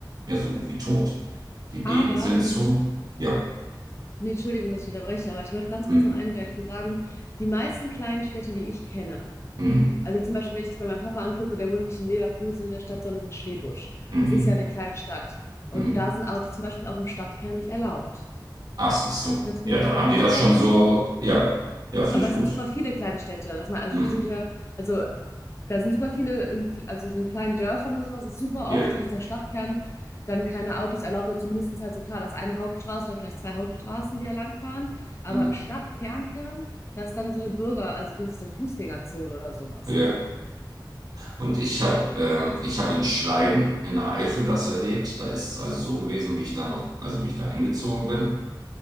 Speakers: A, on the right; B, on the left.
A: ja so gut wie tot. Die Läden
B: Aber
A: sind
B: ich,
A: zu, ja.
B: nee, Entschuldigung, dass ich unterbreche, aber ich wollte ganz
A: Hm,
B: kurz noch eingreifen und sagen, die meisten kleinen Städte, die ich kenne,
A: hm,
B: also zum Beispiel, wenn ich das bei meinem Papa angucke, der wohnt nicht in Leverkusen in der Stadt, sondern in Schlebusch.
A: hm,
B: Das ist ja eine kleine Stadt. Und
A: hm.
B: da sind Autos zum Beispiel auch im Stadtkern nicht erlaubt.
A: Ach, siehst du.
B: Das sind
A: Ja, dann haben die
B: super
A: das schon
B: viele
A: so, ja, ja, finde
B: Aber
A: ich
B: es
A: gut.
B: sind super viele kleine Städte, dass man, also
A: Hm,
B: es so ja, also da sind super viele, in, also so in kleinen Dörfern oder sowas, ist super
A: ja,
B: oft so, dass der Stadtkern dann keine Autos erlaubt oder zumindest halt so klar, dass eine Hauptstraße oder vielleicht zwei Hauptstraßen, die da langfahren. Aber
A: hm,
B: im Stadtkernkern, da ist dann so eine Bürger, also wie ist es denn, Fußgängerzone oder sowas.
A: ja. Und ich habe ähm, ich hab in Schleiden in der Eifel das erlebt. Da ist es also so gewesen, wie ich da noch, also wie ich da hingezogen bin.